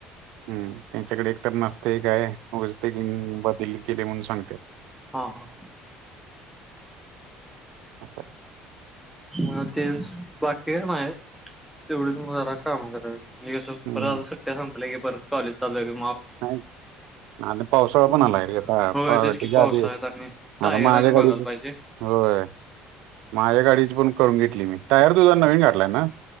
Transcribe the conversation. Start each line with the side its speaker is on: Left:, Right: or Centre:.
Right: हम्म त्यांच्याकडे एकतर नसते काय वजते की बदल केले म्हणून सांग.
Centre: हां हा.
Right: असं आहे
Centre: अ तेज. बाकी का सनाय तेवढीचमजारा काम कररास
Right: हम्म
Centre: सुट्ट्या संपलेे. बरॉले चाललं.
Right: नाही ना पावस. स पण
Centre: म्हणून
Right: आला रेता
Centre: होय
Right: त्याच्या
Centre: तेच की पावसाळ्यात
Right: आधी
Centre: आणि
Right: आता
Centre: टायर
Right: माझ्या
Centre: आणि
Right: घाडीच.
Centre: बघायला पाहिजे.
Right: होय माझ्या गाडीची पण करून घेतली मी टायर तुझा नवीन गाठलाय ना.